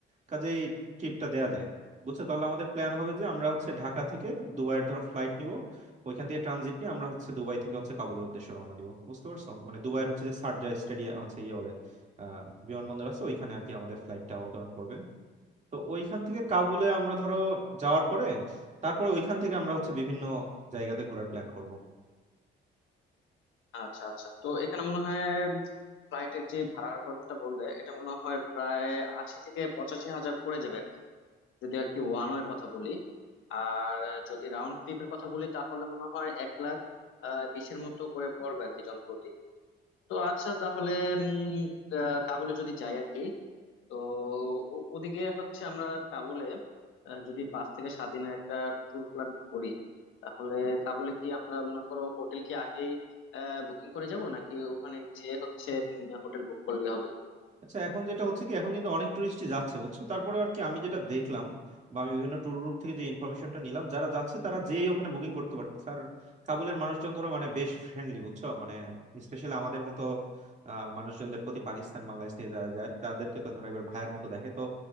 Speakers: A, on the right (about 35°); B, on the left (about 80°).
A: কাজেই ট্রিপটা দেয়া যায় বুঝছো তাহলে আমাদের প্ল্যান হবে যে আমরা হচ্ছে ঢাকা থেকে দুবাইয়ের ধরো ফ্লাইট নিব ওইখান থেকে ট্রানজিট নিয়ে আমরা হচ্ছে দুবাই থেকে হচ্ছে কাবুলের উদ্দেশ্যে রওনা দিব বুঝতে পারছো মানে দুবাইয়ের হচ্ছে যে শারজাহ স্টেডিয়াম হচ্ছে ইয়ে বলে আহ বিমানবন্দর আছে ওইখানে আর কি আমাদের ফ্লাইটটা অবতরণ করবে তো ওইখান থেকে কাবুলে আমরা ধরো যাওয়ার পরে তারপরে ওইখান থেকে আমরা হচ্ছে বিভিন্ন জায়গাতে ঘোরার প্ল্যান করব
B: আচ্ছা আচ্ছা তো এখানে মনে হয় ফ্লাইটের যে ভাড়ার কথাটা বললে এটা মনে হয় প্রায় আশি থেকে পঁচাশি হাজার পড়ে যাবে আর কি যদি আর কি ওয়ান ওয়ের কথা বলি আর যদি রাউন্ড ট্রিপের কথা বলি তাহলে মনে হয় এক লাখ আহ বিশের মতো করে পড়বে আর কি জনপ্রতি তো আচ্ছা তাহলে উম আহ, কাবুলে যদি যাই আর কি তো ও- ওদিকে হচ্ছে আমরা কাবুলে আহ, যদি পাঁচ থেকে সাত দিনের একটা ট্যুর প্ল্যান করি তাহলে কাবুলে কি আমরা মনে করো হোটেল কি আগেই বুকিং করে যাব নাকি ওখানে যে হচ্ছে হোটেল বুক করলেই হবে
A: আচ্ছা এখন যেটা হচ্ছে কি এখন কিন্তু অনেক টুরিস্টই যাচ্ছে বুঝছো তারপরে আর কি আমি যেটা দেখলাম বা আমি বিভিন্ন ট্যুর গ্রুপ থেকে যে ইনফরমেশনটা নিলাম যারা যাচ্ছে তারা যেই ওখানে বুকিং করতে পারছে আর কাবুলের মানুষজন ধরো মানে বেশ ফ্রেন্ডলি বুঝছো মানে স্পেশালি আমাদের মতো আহ, মানুষজনদের প্রতি পাকিস্তান বাংলাদেশ থেকে যারা যায় তাদেরকে তো ধরো একবার ভাইয়ের মতো দেখে তো